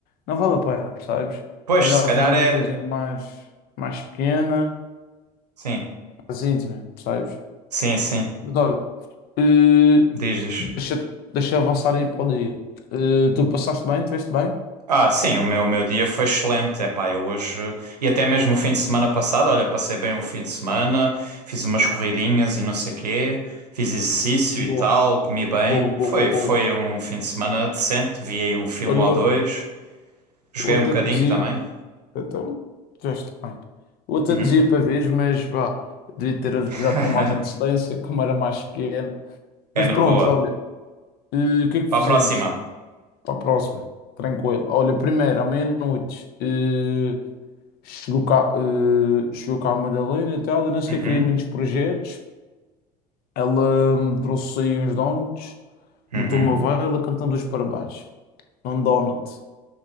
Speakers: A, on the left (about 50°); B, on the right (about 80°).
A: não vale a pena, percebes?
B: Pois,
A: É melhor
B: se calhar
A: fazer uma
B: é.
A: coisinha mais, mais pequena,
B: Sim,
A: mais íntima, percebes?
B: sim, sim.
A: Mas olha, eh,
B: Diz, diz.
A: deixa, deixa avançar aí para o dia. Eh, tu passaste bem, estiveste bem?
B: Ah, sim, o meu, o meu dia foi excelente. É pá, eu hoje. E até mesmo o fim de semana passado, olha, passei bem o fim de semana, fiz umas corridinhas e não sei quê, fiz exercício
A: Boa,
B: e tal, comi bem.
A: boa, boa,
B: Foi, foi
A: boa. boa.
B: um fim de semana decente. Vi aí um filme
A: Olha,
B: ou
A: eu,
B: dois, joguei
A: eu até
B: um bocadinho
A: te dizia.
B: também.
A: Então, já está bem. O outro
B: Uhum.
A: dia para ver, mas vá, devia ter avisado
B: <laughs>
A: com mais antecedência, como era mais pequeno. Mas
B: É na
A: pronto,
B: boa.
A: olha, eh, o que é que
B: Para
A: fizemos
B: a próxima.
A: para a próxima? Tranquilo. Olha, primeiro, à meia-noite, eh, chegou cá, eh, chegou cá a Madalena e tal, eu nem sequer
B: Uhum,
A: queria muitos projetos. Ela me trouxe aí uns donuts,
B: uhum.
A: meteu uma vela, cantando os parabéns. Num donut.